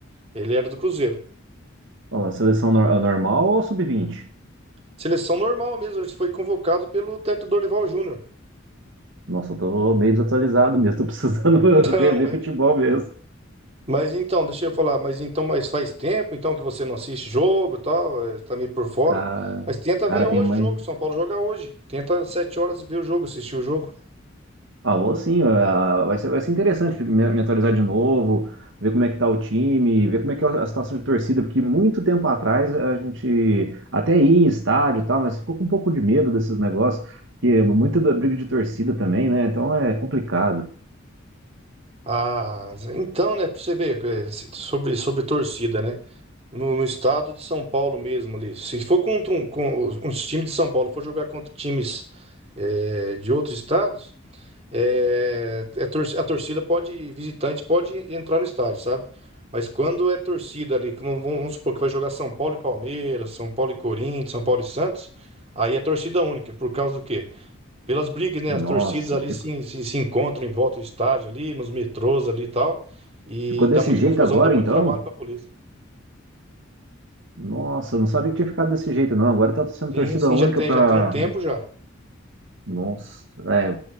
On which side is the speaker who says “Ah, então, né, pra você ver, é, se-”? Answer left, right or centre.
Right